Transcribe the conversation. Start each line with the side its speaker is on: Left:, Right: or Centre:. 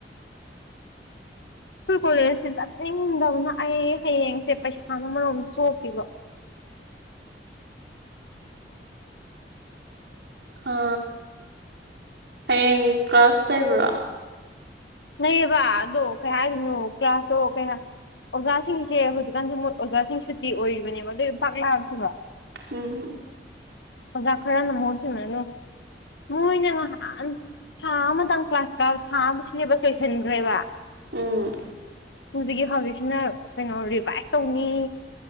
Left: ꯁ꯭ꯀꯨꯜ ꯀꯣꯂꯦꯖꯁꯦ ꯆꯠꯅꯤꯡꯗꯕꯅ ꯑꯩ ꯍꯌꯦꯡꯁꯦ ꯄꯩꯁꯥ ꯑꯃ ꯃꯔꯣꯝ ꯆꯣꯞꯄꯤꯕ <inaudible>
Right: ꯑ ꯍꯌꯦꯡ ꯀ꯭ꯂꯥꯁ ꯇꯕ꯭ꯔꯣ
Left: ꯅꯌꯦꯕ ꯑꯗꯣ ꯀꯩ ꯍꯥꯏꯔꯤꯅꯣ ꯀ꯭ꯂꯌꯥꯥꯁꯇꯣ ꯀꯩꯅ ꯑꯣꯖꯥꯁꯤꯡꯁꯦ ꯍꯧꯖꯤꯛꯀꯥꯟꯁꯦ ꯑꯣꯖꯥꯁꯤꯡ ꯁꯨꯇꯤ ꯑꯣꯏꯔꯤꯕꯅꯦꯕ ꯄꯥꯛ ꯂꯥꯛꯑꯁꯤꯔꯣ
Right: ꯎꯝ
Left: ꯑꯣꯖꯥ ꯈꯔꯅ ꯃꯍꯨꯠ ꯁꯤꯟꯅꯔꯅꯨ ꯃꯣꯏꯅ ꯉꯥꯏꯍꯥꯟ ꯊꯥ ꯑꯃꯇꯪ ꯀ꯭ꯂꯥꯁꯀ ꯊꯥ ꯑꯃ ꯁꯤꯂꯦꯕꯁ ꯂꯣꯏꯁꯤꯟꯈ꯭ꯔꯦꯕ
Right: ꯎꯝ
Left: ꯍꯧꯖꯤꯒꯤ ꯍꯧꯖꯤꯛꯁꯤꯅ ꯀꯩꯅꯣ ꯔꯤꯚꯥꯏꯁ ꯇꯧꯅꯤ